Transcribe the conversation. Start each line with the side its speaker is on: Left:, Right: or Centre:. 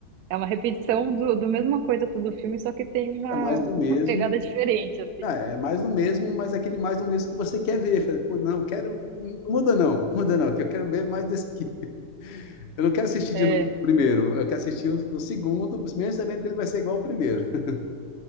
Right: é uma repetição do, do mesma coisa todo filme, só que tem uma,
Left: é mais do
Right: <laughs>
Left: mesmo
Right: uma pegada diferente, assim.
Left: Ah, é mais do mesmo, mas é aquele mais do mesmo que você quer ver. Fala, Pô, não, eu quero. Não Muda não, <laughs> muda não, que eu quero ver mais desse aqui. Eu não quero assistir
Right: É,
Left: de novo o primeiro, eu quero assistir o, o segundo, mesmo sabendo que ele vai ser igual ao primeiro. <laughs>